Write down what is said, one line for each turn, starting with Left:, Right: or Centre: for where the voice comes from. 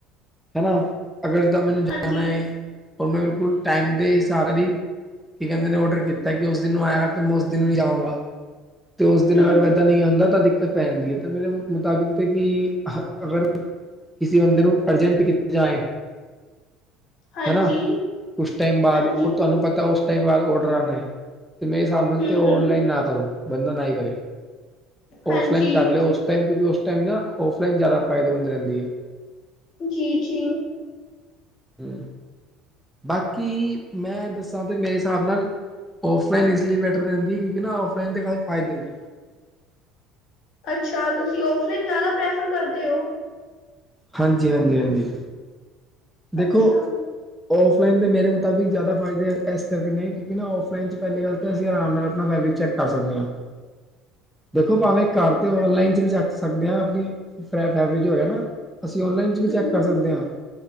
Centre: ਹਨਾ ਅਗਰ ਜਿੱਦਾਂ ਮੈਨੂੰ ਜਾਣਾ
Left: ਹਾਂਜੀ
Centre: ਏ ੳ ਬਿਲਕੁਲ ਟਾਈਮ ਦੇ ਸਾਬ ਦੀ। ਕੀ ਕਹਿੰਦੇ ਨੇ ਔਡਰ ਕੀਤਾ ਕਿ ਉਸ ਦਿਨ ਨੂੰ ਆਏਗਾ ਤੇ ਮੈਂ ਉਸ ਦਿਨ ਵੀ ਆਵਾਂਗਾ। ਤੇ ਉਸ
Left: ਹਮ
Centre: ਦਿਨ ਅਗਰ ਵੈਦਾ ਨਹੀਂ ਆਉਂਦਾ ਤਾਂ ਦਿੱਕਤ। ਪੈਨਦੀ ਏ ਤਾਂ ਮੇਰੇ ਮੁਤਾਬਿਕ ਤੇ ਕਿ ਅਹ ਅਗਰ ਕਿਸੇ ਬੰਦੇ ਨੂੰ। ਅਰਜੈਂਟ ਕਿੱਥੇ ਜਾਏ।
Left: ਹਾਂਜੀ
Centre: ਹੈਨਾ ੳਸ ਟਾਈਮ ਬਾਅਦ
Left: ਹਾਂਜੀ
Centre: ਔਰ ਤੁਹਾਨੂੰ ਪਤਾ ਉਸ ਟਾਈਮ ਬਾਅਦ ਔਡਰ ਆਣੇ ਤੇ। ਸਾਬ ਨਾਲ
Left: ਹੂੰ-ਹੂੰ,
Centre: ਤੇ ਔਨਲਾਈਨ ਨਾ ਕਰੋ ਬੰਦਾ ਨਾ ਈ ਕਰੇ
Left: ਹਾਂਜੀ,
Centre: ਔਫਲਾਈਨ ਕਰ ਲਿਅੋ। ਉਸ ਟਾਈਮ ਨਾ ਔਫਲਾਈਨ ਜ਼ਿਆਦਾ ਫਾਇਦੇਮੰਦ ਰਹਿੰਦੀ ਏ।
Left: ਜੀ-ਜੀ।
Centre: ਹੈ। ਬਾਕੀ ਮੈਂ ਦੱਸਾਂ ਤੇ ਮੇਰੇ ਸਾਬ ਨਾਲ। ਔਫਲਾਈਨ ਇਸ ਲਈ ਬੈਟਰ ਰਇੰਦੀ ਕਿਉਂਕਿ ਨਾ ਆਫਲਾਈਨ ਦੇ ਫਾਇਦੇ ਨੇ।
Left: ਅੱਛਾ ਤੁਸੀਂ ਔਫਲਾਈਨ ਜ਼ਿਆਦਾ ਪ੍ਰੈਫਰ ਕਰਦੇ ਔ।
Centre: ਹਾਂਜੀ-ਹਾਂਜੀ-ਹਾਂਜੀ ਦੇਖੋ।
Left: ਅੱਛਾ,
Centre: ਔਫਲਾਈਨ ਦੇ ਮੇਰੇ ਮੁਤਾਬਿਕ ਜ਼ਿਆਦਾ ਫਾਇਦੇ ਇਸ ਕਰਕੇ ਨੇ ਕਿਉਂਕਿ ਨਾ ਔਫਲਾਈਨ ਚ ਪਹਿਲੀ ਗੱਲ ਤਾਂ ਅਸੀਂ ਆਰਾਮ ਨਾਲ ਫੈਬਰਿਕ ਚੌਕ। ਕਰ ਸਗਨੇ ਆਂ।
Left: <inaudible>
Centre: ਦੇਖੋ ਭਾਵੇਂ ਘਰ 'ਤੇ ਅੋਨਲਾਈਨ 'ਚ ਵੀ ਚੱਖ ਸਕਦੇ ਆ ਅਪਨੀ, ਫੈਵ -ਫੈਵਰਿਜ ਹੋਵੇ ਨਾ। ਅਸੀਂ ਔਨਲਾਈਨ
Left: ਹੂੰ-ਹੂੰ,
Centre: 'ਚ ਵੀ ਚੈੱਕ ਕਰ ਸਕਦੇ ਆਂ,